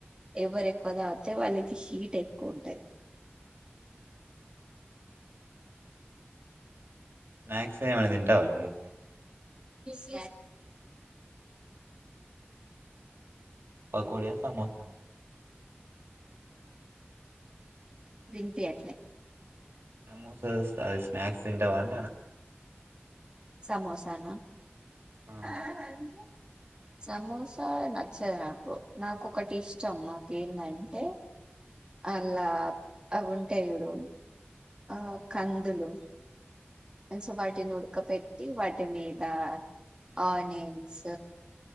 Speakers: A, on the right (about 20°); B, on the right (about 70°).
A: ఎవరు ఎక్కువ తాగితే వాళ్ళకి హీట్ ఎక్కువ ఉంటది
B: స్నాక్స్ ఏమన్న తింటావా నువ్వు
A: <unintelligible> <unintelligible>
B: పకోడియా సమోసా
A: తింపి అట్లే
B: సమోస తెస్తే హా స్నాక్స్ తింటావా అంటానా
A: సమోసానా
B: ఆ
A: <unintelligible> సమోసా నచ్చదు నాకు నాకు ఒకటి ఇష్టం నాకు ఏంటంటే అలా అవుంటాయి చూడు ఆ కందులు సో వాటిని ఉడక పెట్టి వాటి మీద ఆనియన్స్